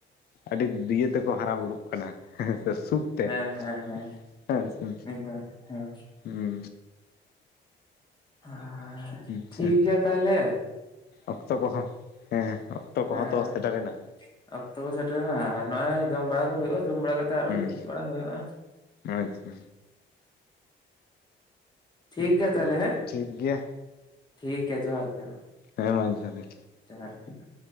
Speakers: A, on the left (about 55°); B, on the left (about 20°).
A: ᱟᱹᱰᱤ ᱫᱤᱭᱟᱹ ᱛᱮ ᱠᱚ ᱦᱟᱨᱟ ᱵᱩᱨᱩᱜ ᱠᱟᱱᱟ ᱦᱮᱸ ᱥᱮ ᱥᱩᱠ
B: ᱦᱮᱸ ᱦᱮᱸ
A: <unintelligible>
B: ᱦᱮᱸ
A: ᱦᱮᱸ ᱥᱮ
B: ᱮᱠᱫᱚᱢ ᱦᱮᱸ
A: ᱦᱩᱸ
B: ᱦᱮᱸᱻ
A: ᱟᱪᱪᱷᱟ
B: ᱴᱷᱤᱠ ᱜᱮᱭᱟ ᱛᱟᱦᱞᱮ
A: ᱚᱠᱛᱚ ᱠᱚ ᱦᱚᱸ ᱦᱮᱸ ᱚᱠᱛᱚ ᱠᱚ
B: ᱦᱮᱸ
A: ᱦᱚᱸ ᱛᱚ ᱥᱮᱴᱮᱨ ᱮᱱᱟ
B: ᱚᱠᱛᱚ ᱠᱚ ᱥᱮᱴᱮᱨ ᱮᱱᱟ ᱟᱨ ᱱᱚᱜᱼᱚᱭ ᱡᱚᱢ ᱵᱟᱲᱟ ᱠᱚ ᱦᱩᱭᱩᱜᱼᱟ ᱡᱚᱢ ᱵᱟᱲᱟ ᱠᱟᱛᱮ ᱟᱨᱚ
A: ᱦᱩᱸ
B: ᱜᱤᱛᱤᱡ ᱵᱟᱲᱟ ᱦᱩᱭᱩᱜᱼᱟ
A: ᱟᱪᱪᱷᱟ
B: ᱴᱷᱤᱠ ᱜᱮᱭᱟ ᱛᱟᱦᱞᱮ ᱦᱮᱸ
A: ᱴᱷᱤᱠ ᱜᱮᱭᱟ
B: ᱴᱷᱤᱠ ᱜᱮᱭᱟ ᱡᱚᱦᱟᱨ ᱜᱮᱼᱼ
A: ᱦᱮᱸ ᱢᱟ ᱡᱚᱦᱟᱨ ᱜᱮᱼᱼ
B: ᱡᱚᱦᱟᱨ ᱜᱮ ᱾